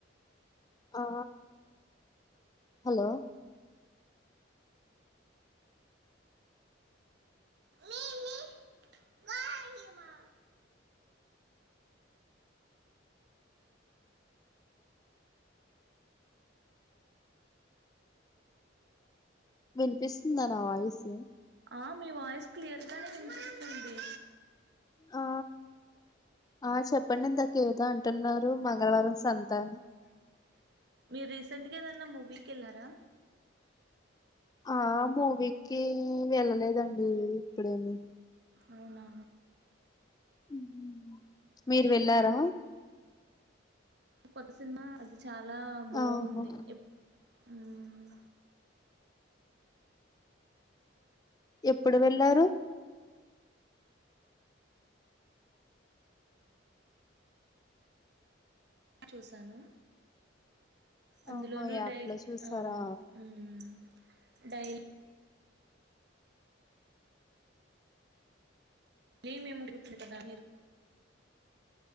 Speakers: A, on the left; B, on the right.
A: ఆ హలో
B: మీన్ని వామా
A: విన్పిస్తుందా నా వాయిస్
B: ఆ మీ వాయిస్ క్లియర్గానే విన్పిస్తుంది.
A: ఆ ఆ చెప్పండి ఇందాక ఏదో అంటున్నారు మంగళవారం సంత అని
B: మీర్ రీసెంట్గా ఏదన్నా మూవీకెళ్లారా
A: ఆ మూవీకి వెళ్ళలేదండి ఇప్పుడేమి
B: అవునా
A: ఉహ్ మీరు వెళ్ళారా
B: కొత్త సినిమా అది చాలా బాగుంది
A: ఆహా
B: ఎప్ ఉమ్
A: ఎప్పుడు వెళ్లారు
B: చూసాను అందులోను
A: ఆహా యాప్
B: డైలీ
A: లో చూసారా
B: అ మ్ డైలీ మిమేడా గుర్తుటదా మీరు